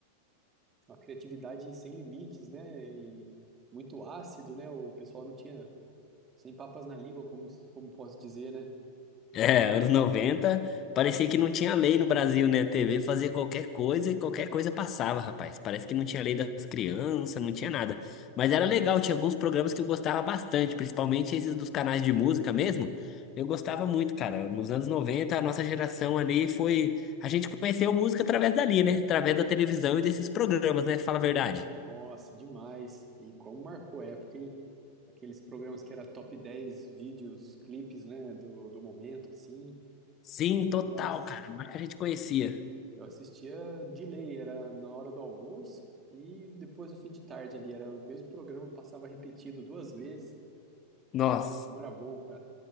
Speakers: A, on the right; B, on the left.
A: Uma criatividade sem limites, né? E muito ácido, né? O pessoal não tinha sem papas na língua, como, como posso dizer, né?
B: É, anos noventa. parecia que não tinha lei no Brasil, né? A TV fazia qualquer coisa e qualquer coisa passava, rapaz. Parece que não tinha lei das crianças, não tinha nada. Mas era legal, tinha alguns programas que eu gostava bastante, principalmente esses dos canais de música mesmo. Eu gostava muito, cara. Nos anos 90, a nossa geração ali foi. A gente conheceu música através dali, né? Através da televisão e desses programas, né? Fala a verdade.
A: Nossa, demais. E como marcou época, hein? Aqueles programas que era top 10 vídeos, clipes, né, do, do momento, assim.
B: Sim, total,
A: Nossa,
B: cara. Mas que a gente conhecia.
A: eu assistia de lei, era na hora do almoço e depois no fim de tarde ali. Era o mesmo programa, passava repetido duas vezes.
B: Nossa,
A: Nossa, como era bom, cara.